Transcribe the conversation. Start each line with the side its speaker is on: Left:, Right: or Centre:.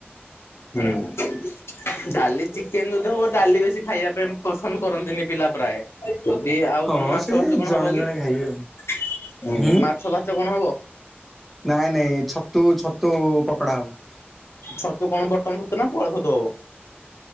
Left: ହୁଁ। ଡାଲି ଚିକେନ ଯଦି ହବ ଡାଲି ବେଶୀ ଖାଇବା ପାଇଁ ପସନ୍ଦ କରନ୍ତିନି ପିଲା ପ୍ରାୟ। ଯଦି ଆଉ
Centre: ହଁ
Left: କଣ ମାଛ
Centre: ସେ
Left: ଫାଚ କଣ
Centre: ଜଣେ
Left: ହବ କି
Centre: ଜଣେ ଖାଇବେ ଆଉ। ହୁଁ।
Left: ମାଛ ଫାଚ କଣ ହବ।
Centre: ନାଇଁ ନାଇଁ ଛତୁ ଛତୁ ପକୋଡା ହବ।
Left: ଛତୁ କଣ ବଟମ୍ ଛତୁ ନା ପଳ ଛତୁ ହବ।